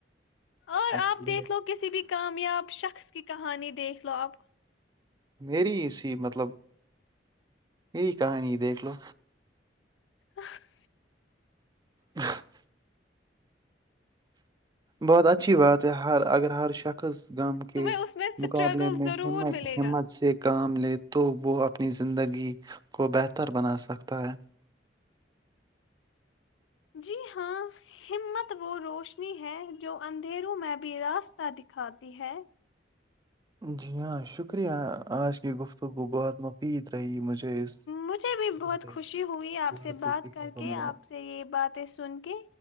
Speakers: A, on the left; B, on the right.
A: اور
B: اچھا
A: آپ دیکھ لو کسی بھی کامیاب شخص کی کہانی دیکھ لو آپ
B: میری اسی مطلب میری کہانی دیکھ لو
A: آ <inaudible>
B: ہ <inaudible> بہت اچھی بات ہے ہر اگر ہر شخص گم کے
A: تمہیں اس میں اسٹرگل
B: مقابلے میں
A: ضرور
B: ہمت
A: ملے
B: ہمت
A: گا
B: سے <unintelligible> کام لے تو وہ اپنی زندگی کو بہتر بنا سکتا ہے
A: جی ہاں ہمت وہ روشنی ہے جو اندھیروں میں بھی راستہ دکھاتی ہے
B: جی ہاں شکریہ آج کی گفتگو بہت مفید رہی مجھے اس
A: مجھے بھی بہت
B: سے
A: خوشی ہوئی آپ
B: بہت
A: سے بات
B: کچھ سیکھنے
A: کر
B: کو
A: کے
B: ملا
A: آپ سے یہ باتیں سن کے